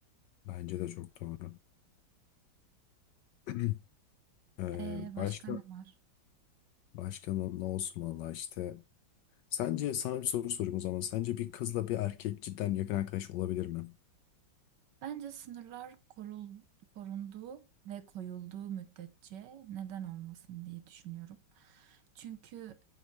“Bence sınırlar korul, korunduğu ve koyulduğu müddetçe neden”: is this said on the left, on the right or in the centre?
Right